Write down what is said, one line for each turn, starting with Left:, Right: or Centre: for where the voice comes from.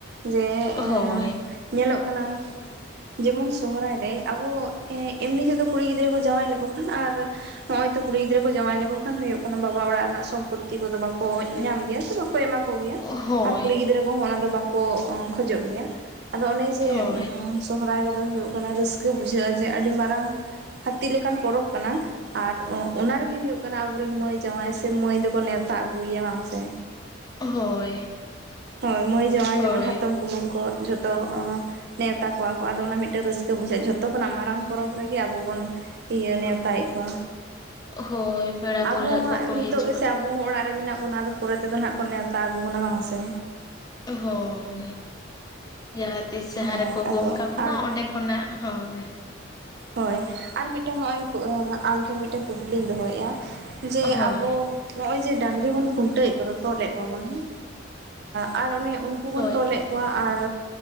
Right: ᱡᱮ ᱮᱸ
Left: ᱦᱳᱭ
Right: ᱧᱮᱞᱚᱜ ᱠᱟᱱᱟ ᱡᱮᱢᱚᱱ ᱥᱨᱟᱭ ᱨᱮ ᱟᱵᱚ ᱮᱢᱱᱤ ᱛᱮᱫᱚ ᱠᱩᱲᱤ ᱜᱤᱫᱽᱨᱟᱹ ᱵᱚ ᱡᱟᱶᱟᱭ ᱞᱮᱠᱚ ᱠᱷᱟᱱ ᱟᱨ ᱱᱚᱜ-ᱚᱭ ᱛᱚ ᱠᱩᱲᱤ ᱜᱤᱫᱽᱨᱟᱹ ᱠᱚ ᱡᱟᱶᱟᱭ ᱞᱮᱠᱚ ᱠᱷᱟᱱ ᱦᱩᱭᱩᱜ ᱠᱟᱱᱟ ᱵᱟᱵᱟ ᱚᱲᱟᱜ ᱨᱮᱱᱟᱜ ᱥᱚᱢᱯᱚᱛᱛᱤ ᱠᱚᱫᱚ ᱵᱟᱠᱚ ᱧᱟᱢ ᱜᱮᱭᱟ ᱥᱮ ᱵᱟ ᱠᱚ ᱮᱢᱟ ᱠᱚ ᱜᱮᱭᱟ
Left: ᱦᱳᱭ
Right: ᱟᱨ ᱠᱩᱲᱤ ᱜᱤᱫᱽᱨᱟᱹ ᱠᱚᱦᱚᱸ ᱚᱱᱟ ᱫᱚ ᱵᱟᱠᱚ ᱠᱷᱚᱡᱚᱜ ᱜᱮᱭᱟ᱾ ᱟᱫᱚ ᱚᱱᱮ ᱡᱮ
Left: ᱦᱳᱭ
Right: ᱥᱚᱦᱚᱨᱟᱭ ᱨᱮᱫᱚ ᱦᱩᱭᱩᱜ ᱠᱟᱱᱟ ᱨᱟᱹᱥᱠᱟᱹ ᱵᱩᱡᱷᱟᱹᱜ-ᱟ ᱡᱮ ᱟᱹᱰᱤ ᱢᱟᱨᱟᱝ ᱦᱟᱹᱛᱤ ᱞᱮᱠᱟᱱ ᱯᱚᱨᱚᱵᱽ ᱠᱟᱱᱟ ᱟᱨ ᱚᱱᱟ ᱜᱤ ᱦᱩᱭᱩᱜ ᱠᱟᱱᱟ ᱟᱵᱚᱨᱮᱱ ᱢᱟᱹᱭ ᱡᱟᱶᱟᱭ ᱥᱮ ᱢᱟᱹᱭ ᱫᱚᱠᱚ ᱱᱮᱶᱛᱟ ᱟᱹᱜᱩᱭ ᱮᱭᱟ ᱵᱟᱝ ᱥᱮ?
Left: ᱦᱳᱭ᱾
Right: ᱦᱳᱭ ᱢᱟᱹᱭ ᱡᱟᱶᱟᱭ
Left: ᱦᱳᱭ
Right: ᱡᱮᱢᱚᱱ ᱦᱟᱛᱚᱢ, ᱠᱩᱢᱟᱹᱝ ᱠᱚ ᱡᱷᱚᱛᱚ ᱚ ᱱᱮᱣᱛᱟ ᱠᱚᱣᱟ ᱠᱚ ᱟᱫᱚ ᱚᱱᱟ ᱢᱤᱫᱴᱮᱱ ᱨᱟᱹᱥᱠᱟᱹ ᱵᱩᱡᱷᱟᱹᱜ-ᱟ ᱡᱷᱚᱛᱚ ᱠᱷᱚᱱᱟᱜ ᱢᱟᱨᱟᱝ ᱯᱚᱨᱚᱵᱽ ᱨᱮᱜᱮ ᱟᱵᱚ ᱵᱚᱱ ᱤᱭᱟᱹ ᱱᱮᱣᱛᱟᱭᱮᱫ ᱠᱚᱣᱟ᱾
Left: ᱦᱳᱭ ᱯᱮᱲᱟ
Right: ᱟᱵᱚ
Left: ᱯᱟᱹᱲᱦᱟᱹᱜ
Right: ᱦᱟᱸᱜ
Left: ᱠᱚᱠᱚ
Right: ᱱᱤᱛᱚᱜ
Left: ᱦᱤᱡᱩᱜ-ᱟ᱾
Right: ᱜᱮᱥᱮ ᱟᱵᱚ ᱦᱚᱸ ᱚᱲᱟᱜ ᱨᱮ ᱢᱮᱱᱟᱜ ᱵᱚᱱᱟ ᱟᱫᱚ ᱯᱚᱨᱮ ᱛᱮᱫᱚ ᱱᱟᱦᱟᱜ ᱠᱚ ᱱᱮᱣᱛᱟ ᱟᱹᱜᱩ ᱵᱚᱱᱟ ᱵᱟᱝ ᱥᱮ?
Left: ᱦᱳᱭ ᱡᱟᱦᱟ ᱛᱤᱥ ᱡᱟᱦᱟᱸ
Right: ᱦᱳᱭ
Left: ᱨᱮᱠᱚ ᱜᱚᱝ
Right: ᱟᱫᱚ
Left: ᱠᱟᱵᱚᱱᱟ
Right: ᱟᱨ
Left: ᱚᱸᱰᱮ ᱠᱷᱚᱱᱟᱜ ᱦᱳᱭ᱾
Right: ᱦᱳᱭ ᱟᱨ ᱢᱤᱫᱴᱮᱱ ᱱᱚᱜ-ᱚᱭ ᱟᱢᱴᱷᱮᱱ ᱢᱤᱫᱴᱮᱱ ᱠᱩᱠᱞᱤᱧ ᱫᱚᱦᱚᱭᱮᱫ-ᱟ ᱡᱮ
Left: ᱦᱳᱭ
Right: ᱟᱵᱚ ᱱᱚᱜ-ᱚᱭ ᱡᱮ ᱰᱟᱝᱨᱤ ᱵᱚᱱ ᱠᱷᱩᱱᱴᱟᱹᱣᱮᱫ ᱠᱚᱫᱚ ᱛᱚᱞᱮᱫ ᱠᱚᱣᱟ ᱵᱚᱱ ᱦᱮᱸ ᱟᱨ ᱚᱱᱮ ᱩᱱ ᱩᱱᱠᱩ ᱵᱚᱱ
Left: ᱦᱳᱭ
Right: ᱛᱚᱞᱮᱫ ᱠᱚᱣᱟ ᱟᱨ